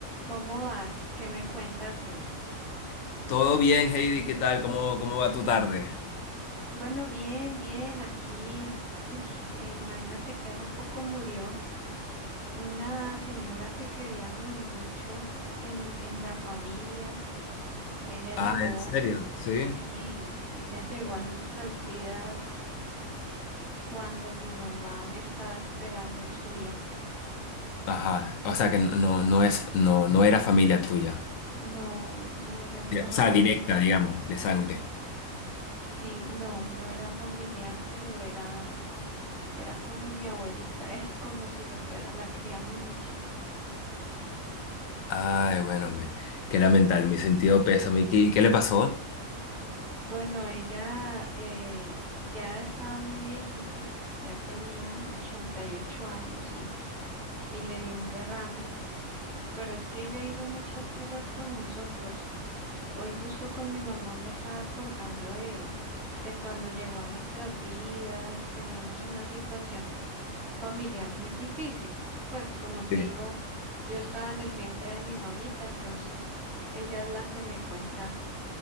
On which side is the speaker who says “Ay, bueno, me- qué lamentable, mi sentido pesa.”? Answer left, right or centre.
Left